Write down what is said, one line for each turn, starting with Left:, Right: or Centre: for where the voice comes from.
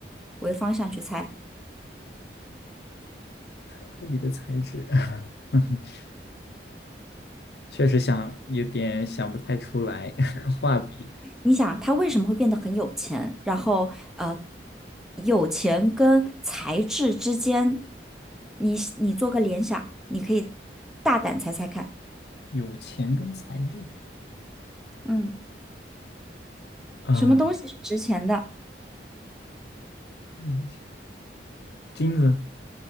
Centre: 为方向去猜。
Left: 画笔的材质，<laughs> 确实想有点想不太出来。<laughs> 画笔
Centre: 你想他为什么会变得很有钱？然后呃，有钱跟材质之间，你你做个联想，你可以大胆猜猜看，
Left: 有钱跟材质
Centre: 嗯，
Left: 啊，
Centre: 什么东西是值钱的？
Left: 那是钱，金子